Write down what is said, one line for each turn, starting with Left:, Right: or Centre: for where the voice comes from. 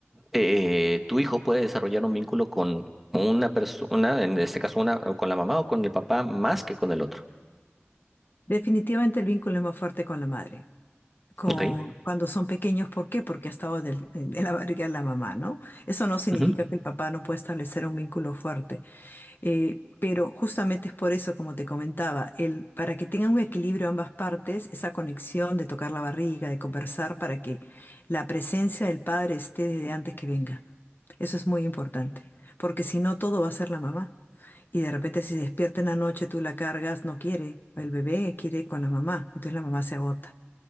Centre: eh, tu hijo puede desarrollar un vínculo con una persona, en este caso una, o con la mamá o con el papá, más que con el otro.
Left: Definitivamente el vínculo es más fuerte con la madre. Con,
Centre: Ok.
Left: cuando son pequeños, ¿por qué? Porque ha estado del- en la barriga de la mamá, ¿no? Eso no significa
Centre: Ujú.
Left: que el papá no pueda establecer un vínculo fuerte Eh, pero justamente es por eso, como te comentaba, el, para que tengan un equilibrio ambas partes, esa conexión de tocar la barriga, de conversar, para que la presencia del padre esté desde antes que venga. Eso es muy importante, porque si no, todo va a ser la mamá. Y de repente si se despierta en la noche, tú la cargas, no quiere. El bebé quiere con la mamá. Entonces la mamá se agota.